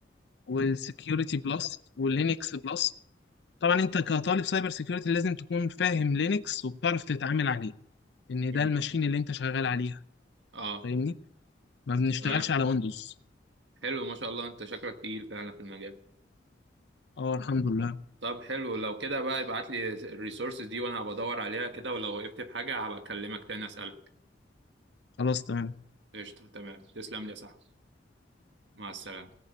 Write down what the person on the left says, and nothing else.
والسكيورتي بلس واللينكس بلس طبعا انت كطالب سايبر سكيورتي لازم تكون فاهم لينكس وبتعرف تتعامل عليه ان
ده الماشين اللي انت شغال عليها
فاهمني ما بنشتغلش
على ويندوز
اه الحمد لله
خلاص تمام